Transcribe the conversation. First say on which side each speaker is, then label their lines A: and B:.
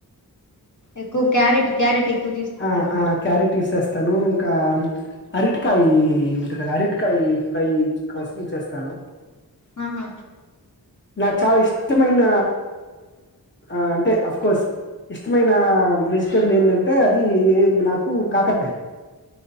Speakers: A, on the left; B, on the left.
A: ఎక్కువ క్యారెట్ క్యారెట్ ఎక్కువ తీసుకుంటారు
B: ఆ ఆ
A: మీరు
B: క్యారెట్ యూస్ చేస్త తను ఇంకా అరటికాయ ఉంట కదా అరటికాయ ఫ్రై కోసం చేస్తాను
A: ఆహా
B: నాకు చాలా ఇష్టమైన ఆ అంటే అఫ్ కోర్స్ ఇష్టమైన వెజిటేబుల్ ఏందం టే అంది నాకు కాకరకాయ